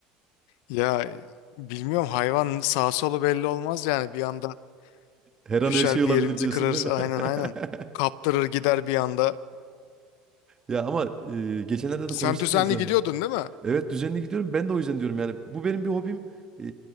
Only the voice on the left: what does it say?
ya bilmiyorum hayvan sağ solu belli olmaz yani bir anda
düşer
bir yerimizi
kırarız
aynen
aynen. Kaptırır gider bir anda.
Sen
düzenli
gidiyordun değil mi?